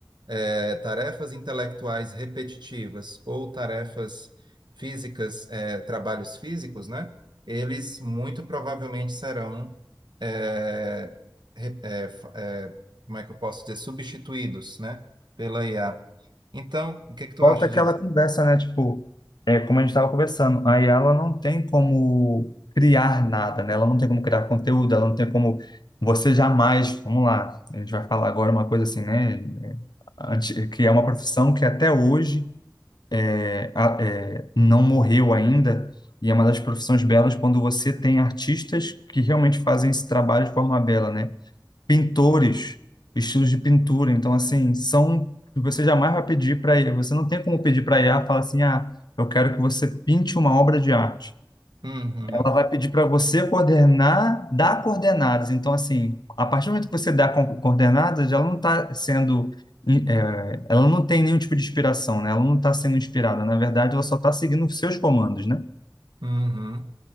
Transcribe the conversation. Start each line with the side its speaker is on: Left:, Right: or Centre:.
Right: é, tarefas intelectuais repetitivas ou tarefas físicas, é, trabalhos físicos, né? Eles muito provavelmente serão, é, re- é, fa- é, como é que eu posso dizer, substituídos, né? Pela IA. Então, o que que tu
Left: volta
Right: acha
Left: aquela
Right: disso?
Left: conversa, né? Tipo, é como a gente estava conversando, aí ela não tem como criar nada, né? Ela não tem como criar conteúdo, ela não tem como você jamais, vamos lá, a gente vai falar agora uma coisa assim, né? anti- Que é uma profissão que até hoje é, a- é, não morreu ainda e é uma das profissões belas quando você tem artistas que realmente fazem esse trabalho de forma bela, né? pintores, estilos de pintura. Então, assim, são que você jamais vai pedir para IA. Você não tem como pedir para IA falar assim, ah, eu quero que você pinte uma obra de arte.
Right: Uhum,
Left: Ela vai pedir para você coordenar, dar coordenadas. Então, assim, a partir do momento que você dá con- coordenadas, ela não está sendo, in- eh, ela não tem nenhum tipo de inspiração, né? Ela não está sendo inspirada. Na verdade, ela só está seguindo os seus comandos, né?
Right: uhum.